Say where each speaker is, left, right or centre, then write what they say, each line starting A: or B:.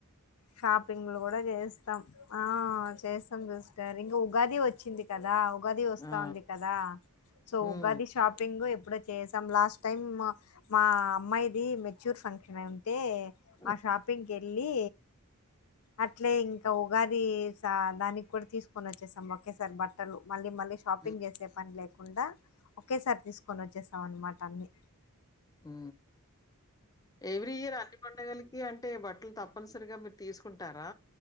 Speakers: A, on the left; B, on the left.
A: షాపింగ్లు కూడా చేస్తాం ఆ చేస్తాం గా సిస్టర్ ఇంకా ఉగాది వచ్చింది కదా ఉగాది వస్తాంది
B: ఆ!
A: కదా సో
B: హ్మ్.
A: ఉగాది షాపింగ్ అప్పుడే చేసాం లాస్ట్ టైం మ-మా అమ్మాయిది మెచ్యూర్ ఫంక్షన్ ఉంటే
B: హ్మ్.
A: ఆ షాపింగ్ మళ్ళీ అట్లే ఇంకా ఉగాది దానికి కూడా తీసుకొని వచ్చేసాం ఒకేసారి బట్టలు మళ్ళీ మళ్ళీ షాపింగ్
B: హ్మ్.
A: చేసే పని లేకుండా ఒకేసారి తీసుకొని వచ్చేసాం అన్నమాట అన్ని
B: ఉ ఎవ్రీ ఇయర్ అన్ని పండుగలకి అంటే బట్ టలు తప్పనిసరిగా మీరు తీసుకుంటారా